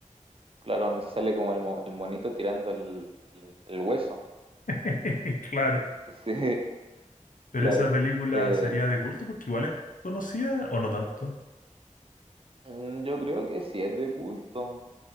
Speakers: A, on the right; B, on the left.
A: claro, donde sale como el, mo- el monito tirando el, el- el hueso.
B: <laughs> Claro.
A: <laughs> Sí,
B: Pero
A: claro.
B: esa película
A: Eh,
B: sería de culto porque igual es conocida o no tanto.
A: mm, yo creo que sí es de culto.